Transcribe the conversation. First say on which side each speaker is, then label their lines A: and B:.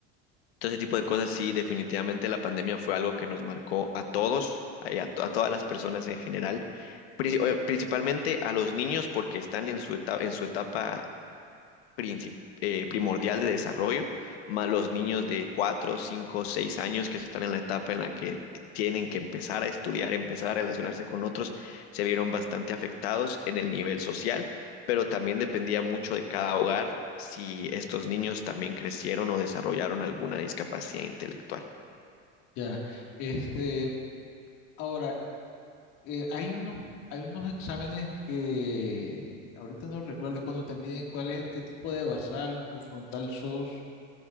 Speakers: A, on the left (about 85°); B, on the left (about 65°).
A: todo ese tipo de cosas. Sí, definitivamente la pandemia fue algo que nos marcó a todos, a, a to- a todas las personas en general. princi- eh, Principalmente a los niños porque están en su etapa, en su etapa princip- eh, primordial de desarrollo, más los niños de 4, 5, 6 años que están en la etapa en la que tienen que empezar a estudiar, empezar a relacionarse con otros, se vieron bastante afectados en el nivel social, pero también dependía mucho de cada hogar si estos niños también crecieron o desarrollaron alguna discapacidad intelectual.
B: Ya, este, ahora, eh, hay unos, hay unos exámenes que ahorita no recuerdo cuando te miden cuál es, qué tipo de basal o frontal sos.